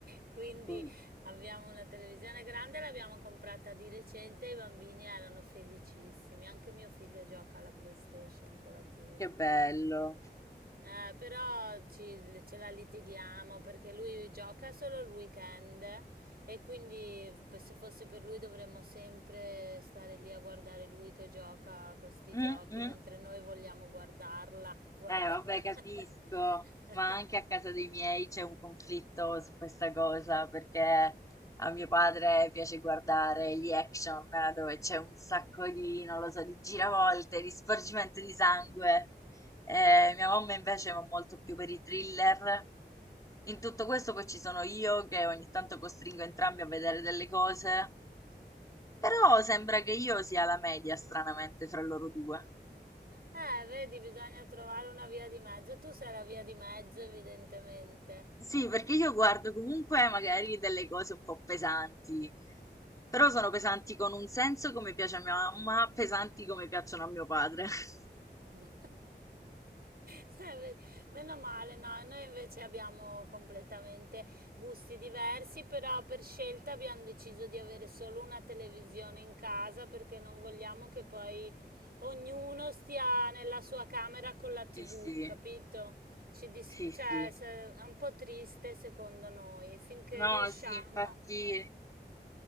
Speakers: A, on the right (about 60°); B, on the left (about 20°).
A: Quindi
B: Ci-
A: abbiamo una televisione grande, l'abbiamo comprata di recente, i bambini erano felicissimi. Anche mio figlio gioca alla PlayStation con la TV.
B: Che bello.
A: Eh, però ci- ce la litighiamo perché lui gioca solo il weekend e quindi p- se fosse per lui dovremmo sempre stare lì a guardare lui che gioca a questi
B: Mm,
A: giochi
B: mm.
A: mentre noi vogliamo guardarla. Guarda.
B: Eh, vabbè,
A: <laughs>
B: capisco, ma anche a casa dei miei c'è un conflitto su questa cosa perché a mio padre piace guardare gli action eh, dove c'è un sacco di, non lo so, di giravolte, di sporgimento di sangue. Eh, mia mamma invece va molto più per i thriller. In tutto questo poi ci sono io che ogni tanto costringo entrambi a vedere delle cose, però sembra che io sia la media, stranamente, fra loro due.
A: Eh, vedi, bisogna trovare una via di mezzo. Tu sei la via di mezzo, evidentemente.
B: Sì, perché io guardo comunque magari delle cose un po' pesanti, però sono pesanti con un senso come piace a mia mamma, pesanti come piacciono a mio padre. <laughs>
A: <laughs> Sai, ve- Meno male, no, noi invece abbiamo completamente gusti diversi, però per scelta abbiamo deciso di avere solo una televisione in casa perché non vogliamo che poi ognuno stia nella sua camera con la TV,
B: Sì, sì,
A: capito? Ci dis-
B: sì, sì.
A: cioè, se- è un po' triste secondo noi, finché
B: No,
A: riusciamo.
B: sì, infatti